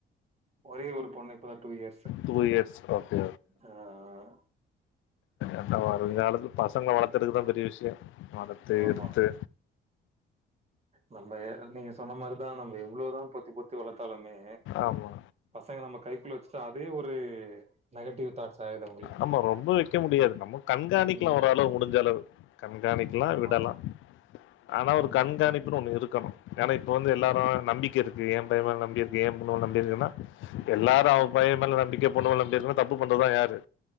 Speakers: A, on the right; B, on the left.
A: ஒரே ஒரு பொண்ணு இப்பதா two years
B: two years okay
A: ஆ ஆ
B: என்ன வருங் காலத்துல பசங்கள வளத்தரதுதா பெரிய விஷய வளத்து
A: ஆமா.
B: எடுத்து
A: நம்ம எ நீங்க சொன்ன மாரிதா நம்ம எவ்ளோதா பொத்தி பொத்தி வளத்தாலுமே
B: ஆமா.
A: பசங்க நம்ம கைக்குள்ள வச்சுட்டா அதே ஒரு நெகட்டிவ் தாட்ஸ் ஆயிடுது அவங்களுக்கு.
B: ஆமா ரொம்ப வெக்க முடியாது நம்ம கண்காணிக்கலா
A: ம்.
B: ஓரளவு முடிஞ்சளவு கண்காணிக்கலா
A: ஆமா.
B: விடலா ஆனா ஒரு
A: ம்.
B: கண்காணிப்புனு ஒண்ணு இருக்கணு ஏன்னா இப்ப வந்து எல்லாரு
A: ஆ.
B: நம்பிக்க இருக் கு எம் பைய மேல நம்பிருக்கு எம் பொண்ணு மேல நம்பிருக்குன்னா எல்லாரு
A: ம்.
B: அவ பைய மேல நம்பிக்கை பொண்ணு மேவ நம்பிருக்குன்னா தப் பு பண்றதுதா யாரு